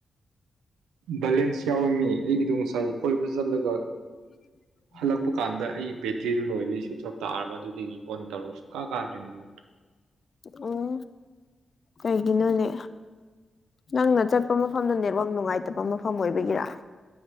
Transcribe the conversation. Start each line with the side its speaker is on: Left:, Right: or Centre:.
Right: ꯕꯦꯂꯦꯟꯁ ꯌꯥꯎꯔꯤꯃꯤ ꯑꯩꯒꯤꯗ ꯉꯅꯨꯡꯁꯥꯏ ꯀꯣꯏꯕ ꯆꯠꯂꯒ
Left: <unintelligible>
Right: ꯍꯜꯂꯛꯄ ꯀꯥꯟꯗ ꯑꯩ ꯕꯦꯇ꯭ꯔꯤꯗꯨ ꯂꯣꯏꯕ ꯁ꯭ꯋꯤꯆ ꯑꯣꯞ ꯇꯥꯒ ꯑꯗꯨꯗꯒꯤ ꯑꯣꯟ ꯇꯧꯔꯁꯨ ꯀꯥ ꯀꯥꯗꯔꯤꯟꯗꯨꯨ
Left: ꯑꯣ ꯀꯩꯒꯤꯅꯣꯅꯦ ꯅꯪꯅ ꯆꯠꯄ ꯃꯐꯝꯗ ꯅꯦꯠꯋꯥꯛ ꯅꯨꯡꯉꯥꯏꯇꯕ ꯃꯐꯝ ꯑꯣꯏꯕꯒꯤꯔꯥ